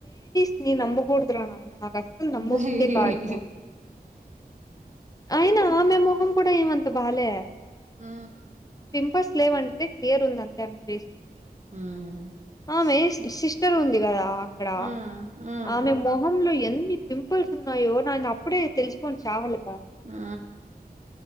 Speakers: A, on the left (about 20°); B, on the right (about 50°).
A: న్ని నమ్మకూడదురా నాయన నాక్ అస్సలు నమ్మబుద్దె
B: మ్మ్
A: కావట్లే అయినా ఆమె మొహం కూడా ఏమంత్ త భాలే
B: ఆ
A: పింపుల్స్ లేవంటే క్లియర్ ఉందంతే ఆమె ఫేస్
B: మ్
A: ఆమె సిస్టర్ ఉంది కదా అక్కడ
B: మ్మ్
A: ఆమె మొహ లో ఎన్ని పింపుల్స్ ఉన్నాయో నినప్పుడే తెలుసుకోొని చావలే
B: ఆ